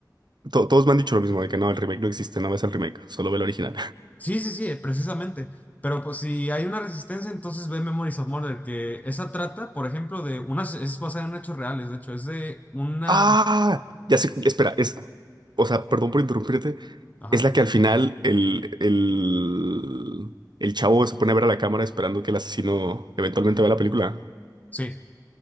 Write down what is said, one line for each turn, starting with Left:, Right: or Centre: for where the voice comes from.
Right: To- todos me han dicho lo mismo, de que no, el remake no existe, no veas el remake, solo ve el original.
Left: Sí, sí, sí, precisamente. Pero pues si hay una resistencia, entonces ve Memories of Murder, que esa trata, por ejemplo, de unas, es basada en hechos reales, de hecho, es de una...
Right: Ah, ya sé, espera, es, o sea, perdón por interrumpirte,
Left: Ajá,
Right: es la que al final el, el, el chavo se pone a ver a la cámara esperando que el asesino eventualmente vea la película.
Left: sí.